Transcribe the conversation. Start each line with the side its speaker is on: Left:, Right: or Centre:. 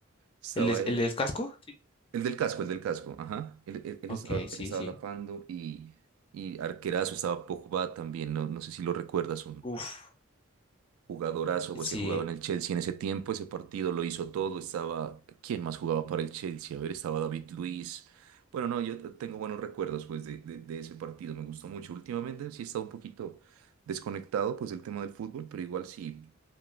Right: Estaba
Left: ¿El, des-
Right: eh,
Left: el del casco? Sí.
Right: el del casco, el del casco, ajá. Él, él- él
Left: Ok,
Right: estaba,
Left: sí,
Right: él estaba
Left: sí.
Right: tapando y, y arquerazo estaba Pogba también, no, no sé si lo recuerdas. Un,
Left: Uf.
Right: Jugadorazo, pues
Left: Sí,
Right: que jugaba en el Chelsea en ese tiempo, ese partido lo hizo todo, estaba, ¿quién más jugaba para el Chelsea? A ver, estaba David Luiz. Bueno, no, yo t- tengo buenos recuerdos pues de, de- de ese partido, me gustó mucho. Últimamente sí he estado un poquito desconectado pues del tema del fútbol, pero igual sí,